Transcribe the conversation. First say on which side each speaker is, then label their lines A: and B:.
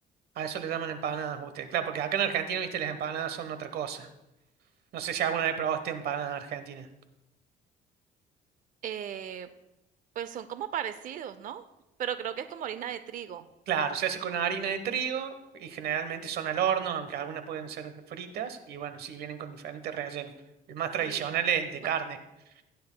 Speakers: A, on the right; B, on the right.
A: a eso le llaman empanadas ustedes. Claro, porque acá en Argentina, viste, las empanadas son otra cosa. No sé si alguna vez probaste empanadas argentinas.
B: Eh, pues son como parecidos, ¿no? Pero creo que es como harina de trigo.
A: Claro, se hace con harina de trigo y generalmente son al horno, aunque algunas pueden ser de fritas y bueno, sí vienen con diferentes rellenos. El más tradicional
B: Sí,
A: es el de
B: bueno,
A: carne. <laughs>